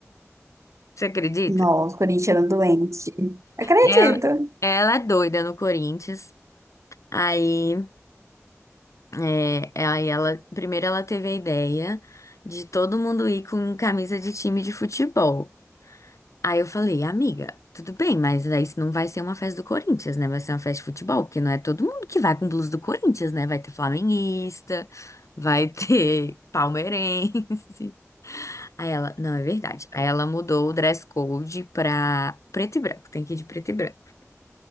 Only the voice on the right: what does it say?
Nossa, corintiano doente. Acredito.